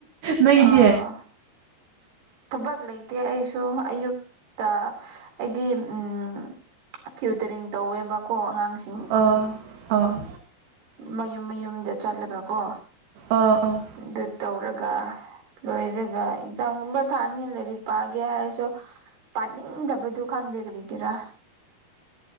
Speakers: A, on the right; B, on the right.
A: ꯅꯣꯏꯗꯤ
B: ꯑꯣ ꯊꯕꯛ ꯂꯩꯇꯦ ꯑꯩꯁꯨ ꯑꯌꯨꯛ ꯇꯥ ꯑꯩꯗꯤ ꯎꯝ ꯇ꯭ꯌꯨꯇꯔꯤꯡ ꯇꯧꯋꯦꯕꯀꯣ ꯑꯉꯥꯡꯁꯤꯡ
A: ꯑꯣ ꯑꯣꯥ
B: ꯃꯌꯨꯝ ꯃꯌꯨꯝꯗ ꯆꯠꯂꯒꯀꯣ
A: ꯑꯣ ꯑꯣ
B: ꯑꯗꯨ ꯇꯧꯔꯒ ꯂꯣꯏꯔꯒ ꯑꯦꯛꯖꯥꯝꯒꯨꯝꯕ ꯊꯥꯅꯤꯅ ꯂꯥꯏꯔꯤꯛ ꯄꯥꯒꯦ ꯍꯥꯏꯔꯁꯨ ꯄꯥꯅꯤꯡꯗꯕꯗꯨ ꯈꯪꯗꯦ ꯀꯔꯤꯒꯤꯔꯥ